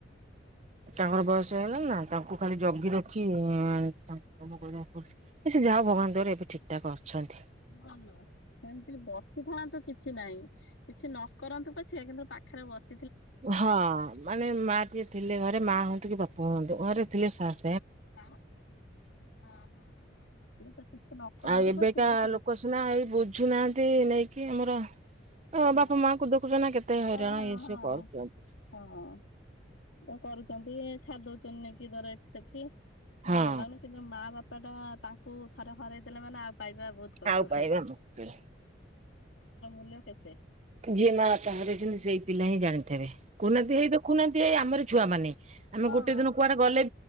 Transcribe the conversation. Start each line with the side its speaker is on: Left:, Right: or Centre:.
Right: ତାଙ୍କର ବୟସ ହେଇଗଲାନି ନା? ତାଙ୍କୁ ଖାଲି ଜଗି ରଖି ଇଁ <unintelligible> ଏ ସେ ଯାହା ହୋଉ ଭଗବାନଙ୍କ ଦୟାରୁ ଏବେ ଠିକ୍ ଠାକ୍ ଅଛନ୍ତି
Left: ଭଲ ଏମିତି ବସିଥାନ୍ତୁ କିଛି ନାହିଁ କିଛି ନ କରନ୍ତୁ ପଛେ କିନ୍ତୁ ପାଖରେ ବସି
Right: ହଁ ମାନେ ମା ଟିଏ ଥିଲେ ଘରେ ମା ହୁଅନ୍ତୁ କି ବାପା ହୁଅନ୍ତୁ ଘରେ ଥିଲେ ସାର୍
Left: ହଁ ହଁ ହଁ ସେ ନ କରନ୍ତୁ
Right: ଆଉ ଏବେକା
Left: ପଛିକା ସେମିତି
Right: ଲୋକ ସିନା ଏଇ ବୁଝୁନାହାନ୍ତି ନେଇକି ଆମ ର ଓ
Left: ହଁ
Right: ବାପା ମାଙ୍କୁ ଦେଖୁଛ ନା କେତେ ହଇରାଣ
Left: ହଁ ହଁ
Right: ଇଏ
Left: ହଁ।
Right: ସ କରୁଛନ୍ତି।
Left: ହଁ ତ କରୁଛନ୍ତି ଛାଡି ଦୋଉଛନ୍ତି ନଇକି ଧର ଏଠି ସେଠି ମର
Right: ହଁ
Left: ଭଲ ଲାଗୁନି କିନ୍ତ ମା ବାପା ପା ଟା ତାଙ୍କୁ ଥରେ ହରାଇ ଦେଲେ ମାନେ ଆଉ ପାଇବା ବହୁତ କଷ୍ଟକର
Right: ଆଉ ପାଇବା ମୁସ୍କିଲ।
Left: ବା ମୂଲ୍ୟ କେତ
Right: ଯିଏ ମା ବାପା ହରେଇଛନ୍ତି ସେଇ ପିଲା ହିଁ ଜାଣିଛନ୍ତି। ଥିବେ କହୁନାହାନ୍ତି ହେଇ ତ ଦେଖୁନାହାନ୍ତି ହେଇ ଆମରି ଛୁଆମାନୋ ଆମେ
Left: ହଁ।
Right: ଗୋଟେ ଦିନ କୁଆଡେ ଗଲେ